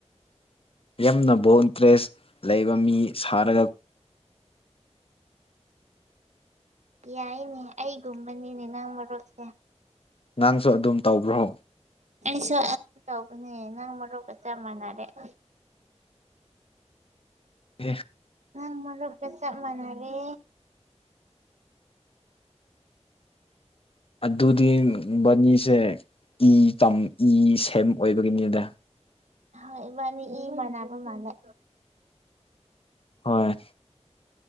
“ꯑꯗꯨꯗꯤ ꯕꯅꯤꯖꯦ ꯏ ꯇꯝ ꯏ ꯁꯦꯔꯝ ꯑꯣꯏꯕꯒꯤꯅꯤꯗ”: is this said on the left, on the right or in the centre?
Left